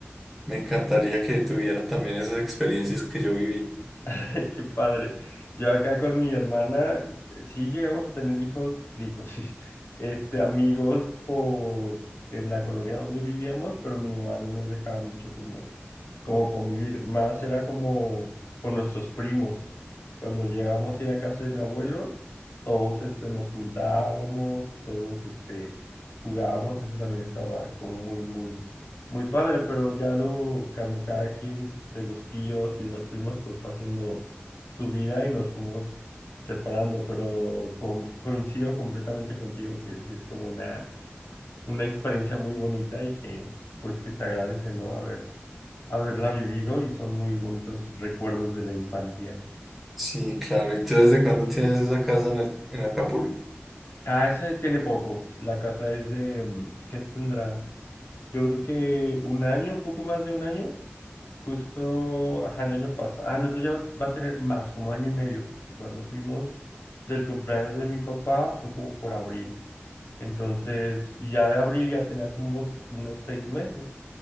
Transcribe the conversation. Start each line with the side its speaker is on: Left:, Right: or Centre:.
Centre: me encantaría que tuvieran también esas experiencias que yo viví.
Left: <laughs> Qué padre. Yo acá con mi hermana, eh, sí llegamos a tener hijos, digo, <laughs> sí, este, amigos por en la colonia donde vivíamos, pero mi mamá no nos dejaba mucho como como convivir más, era como con nuestros primos. Cuando llegábamos a ir a casa de mi abuelo, todos este, nos juntábamos, todos este, jugábamos, eso también estaba como muy, muy, muy padre, pero ya luego como cada quien de los tíos y los primos pues fue haciendo su vida y nos fuimos separando, pero co- coincido completamente contigo que sí es como una, una experiencia muy bonita y que pues que se agradece, ¿no? Haber haberla vivido y son muy bonitos recuerdos de la infancia.
Centre: Sí, claro. ¿Y tú desde cuándo tienes esa casa en, el- en Acapulco?
Left: Ah, esa tiene poco. La casa es de, mm, ¿qué tendrá? Yo creo que un año, poco más de un año. Justo, ajá, el año pasado. Ah, no, eso ya va a tener más, como año y medio, porque cuando fuimos del cumpleaños de mi papá fue como por abril. Entonces, y ya de abril ya tenía como unos, unos seis meses.